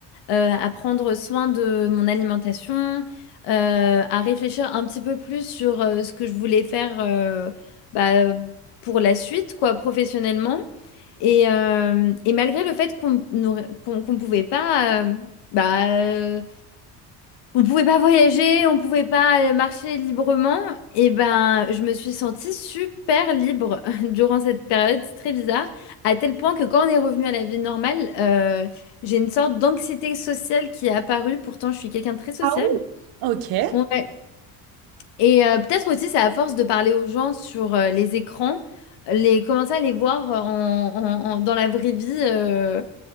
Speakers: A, on the left; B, on the right.
A: euh, à prendre soin de mon alimentation, euh, à réfléchir un petit peu plus sur euh, ce que je voulais faire euh, bah, pour la suite, quoi, professionnellement. Et, euh, et malgré le fait qu'on ne qu'on, qu'on pouvait pas euh, bah, on pouvait pas voyager, on pouvait pas euh, marcher librement. Et ben, je me suis sentie super libre <laughs> durant cette période, c'est très bizarre. À tel point que quand on est revenu à la vie normale, euh, j'ai une sorte d'anxiété sociale qui est apparue. Pourtant, je suis quelqu'un de très sociable.
B: Ah oui, Ok.
A: Ouais. Et euh, peut-être aussi, c'est à force de parler aux gens sur euh, les écrans, les commencer à les voir euh, en- en- en- dans la vraie vie. euh,